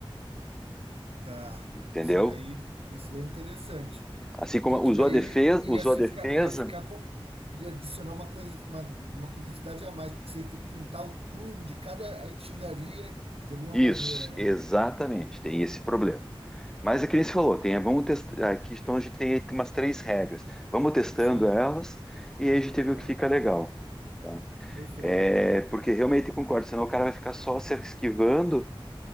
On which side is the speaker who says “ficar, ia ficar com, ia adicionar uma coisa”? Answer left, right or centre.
Right